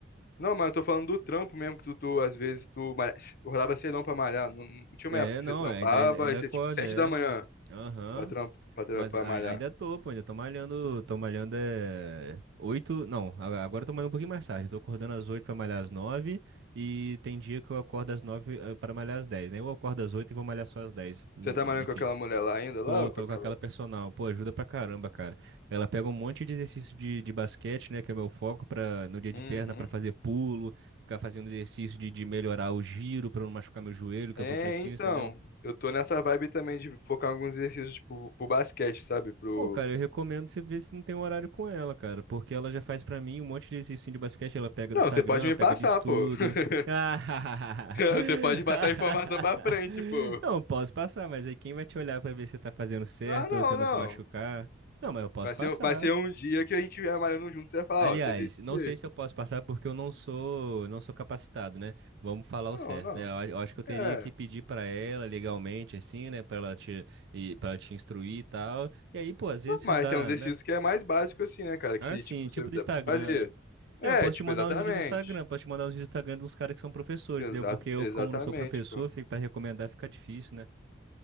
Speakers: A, on the left (about 50°); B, on the right (about 60°).
A: Não, mas eu tô falando do trampo mesmo, que tu, tu, às vezes tu malha- acordava cedão pra malhar. Não, não tinha uma
B: É,
A: época que
B: não,
A: você trampava,
B: é, ainda, ainda, ainda
A: aí você,
B: acorda,
A: tipo, sete
B: é.
A: da manhã
B: Aham.
A: pra, trampo, pra, tra-
B: Mas
A: pra
B: ai-
A: malhar.
B: ainda tô, pô, ainda tô malhando, tô malhando é oito, não, a- agora eu tô malhando um pouquinho mais tarde, eu tô acordando às oito pra malhar às nove e tem dia que eu acordo às nove eh, pra malhar às dez, né? Eu acordo às oito e vou malhar só às dez, en-
A: Você tá malhando
B: en- enfim.
A: com aquela mulher lá ainda, lá,
B: Tô,
A: com
B: tô
A: aquela...
B: com aquela personal. Pô, ajuda pra caramba, cara. Ela pega um monte de exercício de, de basquete, né? Que é meu foco pra, no dia de
A: Uhum.
B: perna pra fazer pulo, ficar fazendo exercício de, de melhorar o giro pra não machucar meu joelho, que
A: É,
B: é o que eu preciso,
A: então,
B: entendeu?
A: eu tô nessa vibe também de focar em alguns exercícios, tipo, pro basquete, sabe? Pro...
B: Pô, cara, eu recomendo você ver se não tem um horário com ela, cara. Porque ela já faz pra mim um monte de exercício de basquete. Ela pega
A: Não,
B: do Instagram,
A: você pode me
B: pega
A: passar,
B: de estudo.
A: pô. <laughs>
B: <laughs>
A: Você pode passar
B: Ah,
A: a informação pra frente, pô.
B: Não, posso passar, mas aí quem vai te olhar pra ver se você tá fazendo certo
A: ah não,
B: ou você não
A: não.
B: se machucar? Não, mas eu posso
A: Vai
B: passar.
A: ser, um, vai ser um dia que a gente vier malhando junto, e você vai falar,
B: Aliás,
A: ó, é desse
B: não
A: jeito.
B: sei se eu posso passar porque eu não sou, não sou capacitado, né? Vamos falar o
A: Não,
B: certo,
A: não.
B: né? Eu, a- eu acho que eu teria
A: É.
B: que pedir pra ela legalmente, assim, né? Pra ela te, e para te instruir e tal. E aí, pô, às vezes
A: Não,
B: você
A: mas
B: dá,
A: tem uns exercícios
B: né?
A: que é mais básico assim, né, cara?
B: Ah,
A: Que,
B: sim,
A: tipo,
B: tipo
A: você
B: do
A: dá
B: Instagram,
A: pra você fazer.
B: né?
A: É,
B: Eu posso
A: tipo,
B: te mandar
A: exatamente.
B: uns vídeos do Instagram, posso te mandar uns vídeos do Instagram de uns caras que são professores,
A: Exa
B: entendeu? Porque eu,
A: exatamente,
B: como não sou professor,
A: pô.
B: fica para recomendar fica difícil, né?